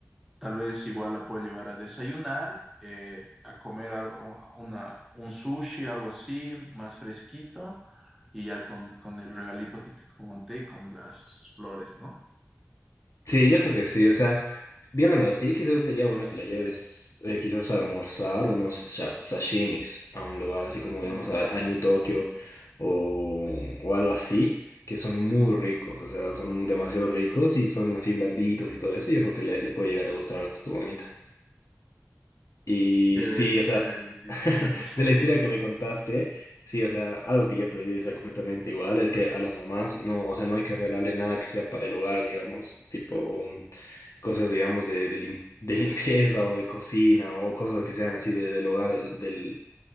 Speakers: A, in the centre; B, on the left (about 80°).
A: Tal vez igual la puedo llevar a desayunar, eh, a comer algo- una, un sushi, algo así, más fresquito, y ya con, con el regalito que te comenté, con las flores, ¿no?
B: Sí, yo creo que sí, o sea, viéndolo así, quizás sería bueno que la lleves eh, quizás a almorzar unos sa- sashimis a un lugar así como
A: Uy,
B: digamos a, a New Tokyo o, o algo así, que son muy ricos, o sea, son demasiado ricos y son así blanditos y todo eso, yo creo que le, le puede llegar a gustar a tu, tu mamita. Y
A: qué deli,
B: sí, o sea,
A: qué deli, sí,
B: <laughs>
A: tienes razón.
B: de la historia que me contaste, sí, o sea, algo que yo aprendí, o sea, completamente igual, es que a las mamás no, o sea, no hay que regalarle nada que sea para el hogar, digamos, tipo mm, cosas, digamos, de, de, lim- de <laughs> limpieza o de cocina o cosas que sean así de- del hogar, del, del-